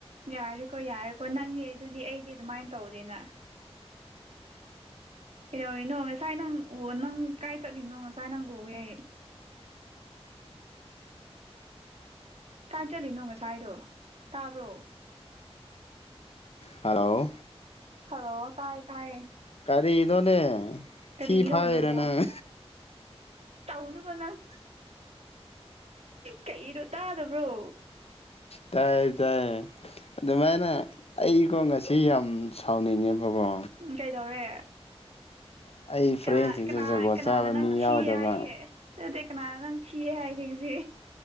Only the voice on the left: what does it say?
ꯍꯜꯂꯣ
ꯀꯔꯤ ꯅꯣ ꯅꯦ
ꯊꯤ ꯐꯥꯏꯔꯤꯔꯥ
ꯅꯪ
ꯇꯥꯏꯌꯦ ꯇꯥꯏ ꯑꯗꯨꯃꯥꯏꯅ ꯑꯩꯀꯣ ꯉꯁꯤ ꯌꯥꯝ ꯁꯥꯎꯅꯤꯡꯉꯦꯕꯀꯣ
ꯑꯩ ꯐ꯭ꯔꯦꯟꯁꯤꯡꯁꯦ
ꯖꯒꯣꯠ
ꯆꯥꯕ ꯃꯤ
ꯌꯥꯎꯗꯕ